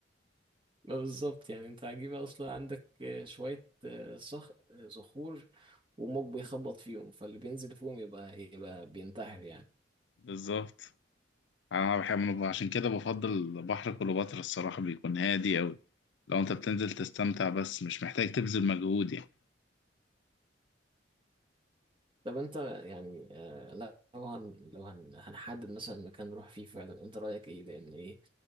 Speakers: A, on the right; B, on the left.
A: ما بالظبط يعني انت عجيبة اصلا عندك آه، شوية آه، صخ آه، صخور وموج بيخبط فيهم فاللي بينزل فيهم يبقى يبقى بينتحر يعني
B: بالظبط أنا بحب عشان كده بفضل بحر كليوباترا الصراحة بيكون هادي أوي لو أنت بتنزل تستمتع بس مش محتاج تبذل مجهود يعني
A: طب انت يعني آه، لا لو هن لو هن هنحدد مثلا مكان نروح فيه فعلا انت رأيك ايه لان ايه